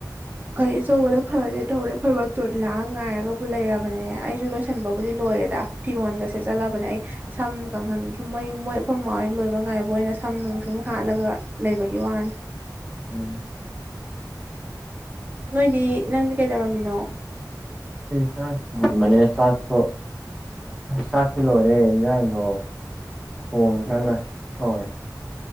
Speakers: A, on the right (about 25°); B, in the centre.
A: ꯀꯩ ꯁꯒꯔ ꯐꯔ ꯇꯧꯔꯦ ꯑꯩꯈꯣꯏꯕꯛꯇꯣ ꯂꯥꯛꯑ ꯉꯥꯏꯔꯒꯕꯨ ꯂꯩꯔꯕꯅꯦ ꯑꯩꯁꯨ ꯂꯣꯏꯁꯤꯟꯕꯕꯨꯗꯤ ꯂꯣꯏꯂꯦ ꯗ ꯐꯤꯔꯣꯟꯒꯁꯦ ꯆꯠꯂꯕꯅꯦ ꯑꯩ ꯁꯝ ꯀꯪꯍꯟꯕ ꯃꯣꯏ ꯃꯣꯏ ꯑꯩꯈꯣꯏ ꯃ ꯂꯣꯏꯕ ꯉꯥꯏꯕ ꯑꯣꯏꯅ ꯁꯝ ꯅꯨꯡ ꯁꯨꯝ ꯍꯥꯠꯂꯒ ꯂꯩꯕꯒꯤ ꯋꯥꯅꯤ
B: ꯎꯝ
A: ꯅꯣꯏꯗꯤ ꯅꯪꯗꯤ ꯀꯩꯗꯧꯔꯝꯃꯤꯅꯣ
B: ꯁ ꯃꯅꯤ ꯁꯋꯥꯁ ꯆꯥꯛꯇꯤ ꯂꯣꯏꯔꯦ ꯏꯔꯥꯡꯗꯣ ꯊꯣꯡꯉꯦ ꯍꯅ
A: ꯎꯝ
B: ꯊꯣꯡꯉꯦ